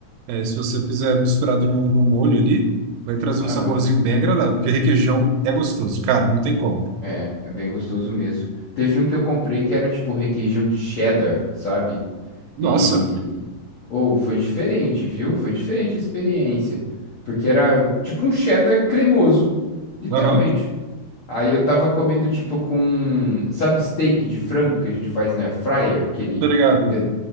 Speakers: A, on the right (about 80°); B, on the left (about 65°).
A: É, se você fizer misturado no, no molho ali, vai trazer
B: Aham.
A: um saborzinho bem agradável, porque requeijão é gostoso, cara, não tem como.
B: É, é bem gostoso mesmo. Teve um que eu comprei que era tipo requeijão de cheddar, sabe?
A: Nossa,
B: E. Ou foi diferente, viu? Foi diferente a experiência. Porque era tipo um cheddar cremoso. Literalmente.
A: aham,
B: Aí eu tava comendo tipo com. Sabe, steak de frango que a gente faz na air fryer? Aquele.
A: tô ligado.
B: pe-